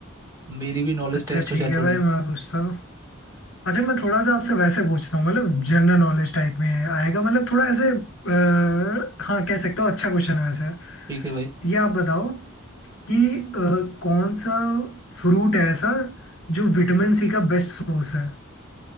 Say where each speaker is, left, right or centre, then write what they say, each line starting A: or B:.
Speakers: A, on the right; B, on the left.
A: मेरी भी नॉलेज
B: अच्छा
A: टेस्ट
B: ठीक
A: हो जाए
B: है
A: थोड़ी
B: भाई मैं पूछता हूँ अच्छा मैं थोड़ा सा आपसे वैसे पूछता हूँ मतलब जनरल नॉलेज टाइप में आएगा मतलब थोड़ा ऐसे आ, हाँ कह सकते हो अच्छा क्वेश्चन है वैसे
A: ठीक है भाई
B: ये आप बताओ कि अ, कौन सा फ्रूट है ऐसा जो विटामिन सी का बेस्ट सोर्स है